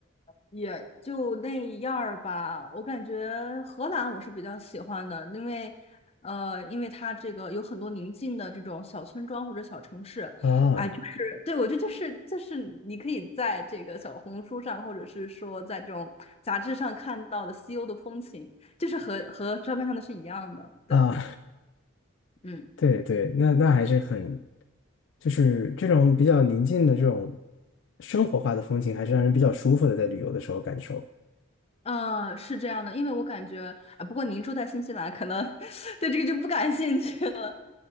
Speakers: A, on the left (about 30°); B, on the left (about 55°).
A: 也就那样儿吧。我感觉荷兰我是比较喜欢的，因为，呃，因为它这个有很多宁静的这种小村庄或者小城市，
B: 啊
A: 哎，就是对我觉得就是就是你可以在这个小红书上或者是说在这种杂志上看到的西欧的风情，就是和和照片上的是一样的，对。
B: 啊，
A: 嗯，
B: <laughs> 对对，那那还是很，就是这种比较宁静的这种生活化的风情，还是让人比较舒服的，在旅游的时候感受。
A: 嗯，是这样的，因为我感觉啊，不过您住在新西兰，可能 <laughs> 对这个就不感兴趣了。